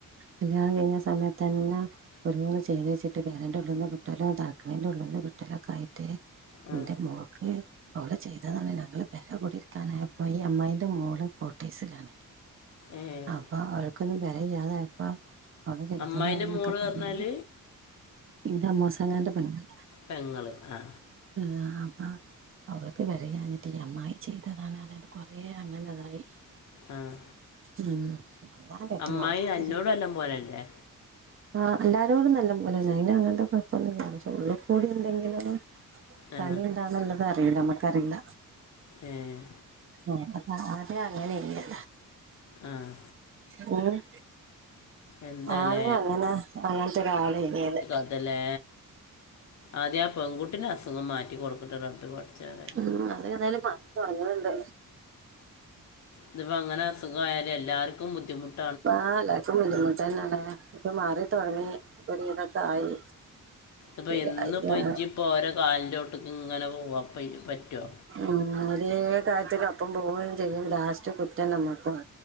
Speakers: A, on the right; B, on the left.
A: കല്യാണം കഴിഞ്ഞ സമയത്ത് തന്നെ ഒരോന്ന് ചെയ്ത് വെച്ചിട്ട് <unintelligible> കുട്ടലും തണക്കണിൻ്റെ ഉള്ളിന്ന് കുട്ടലൊക്കെ ആയിട്ട്
B: ആ
A: എന്റെ മോൾക്ക് അവിടെ ചെയ്തു എന്തെന്നാണ് ഞങ്ങളവരെ കൂടിരിക്കാനായപ്പോ ഈ അമ്മായിന്റെ മോള് കോട്ടേസിലാണ്
B: ഏഹ്
A: അപ്പൊ അവൾക്കൊന്നും <unintelligible> അവള് ചെയ്തതാന്നൊക്കെ
B: അമ്മായിൻ്റെ മോള്
A: <unintelligible>
B: പറഞ്ഞാൽ
A: ഇന്റെ അമ്മോസങ്ങാന്റെ പെങ്ങള
B: പെങ്ങള് ആ
A: ഏഹ് അപ്പ അവരൊക്കെ ഇത് വരെ പറഞ്ഞിട്ട് അമ്മായി ചെയ്തതാണ് കൊറെ അങ്ങനെതായി
B: ആഹ്
A: ഉം അല്ലാതെ എത്ത
B: അമ്മായി
A: വളരെ
B: അന്നോട് നല്ലാം പോലല്ലേ
A: ആഹ് എല്ലാരോടും നല്ല പോലെന്ന അയ് അങ്ങനത്തെ കുഴപ്പൊന്നുമില്ല പക്ഷെ ഉള്ളിൽ കൂടി എന്തെങ്കിലും
B: ആ
A: കണി എന്താണുള്ളത് അറിയില്ല നമ്മക്കറിയില്ല
B: ഏഹ്
A: ആഹ് അത അതെ അങ്ങനെ ചെയ്യ
B: ആഹ്
A: ഉം
B: എന്താലേ
A: ആദ്യം അങ്ങനെ അങ്ങനത്തെ ഒരാള് ഇനിയത്
B: അതല്ലേ ആദ്യം ആഹ് പെൺകുട്ടിന്റെ അസുഖം മാറ്റി കൊടുക്കട്ട് റബ്ബെ പടച്ചോനെ
A: ഉം അത് എന്തായാലും മാറി തുടങ്ങണ്ണ്ട്
B: ഇതിപ്പ അങ്ങനെ അസുഖയാലും എല്ലാർക്കും ബുദ്ധിമുട്ട
A: ആഹ് എല്ലർക്കും ബുദ്ധിമുട്ട് തന്നെയാണ് ഇപ്പൊ മാറിത്തൊടങ്ങിപ്പൊ ഇതൊക്കെ ആയി
B: ഇപ്പൊ
A: ശരിയായി
B: ഇ ഇപ്പോ ഇചിപ്പോ ഓരോ കാലിന്റെ <unintelligible> ഇങ്ങനെ പോവാ പറ്റുവോ
A: ഉം അതേ കാര്യത്തി അപ്പം പോവയും ചെയ്യും ലാസ്റ്റ് കുറ്റം നമ്മുക്കും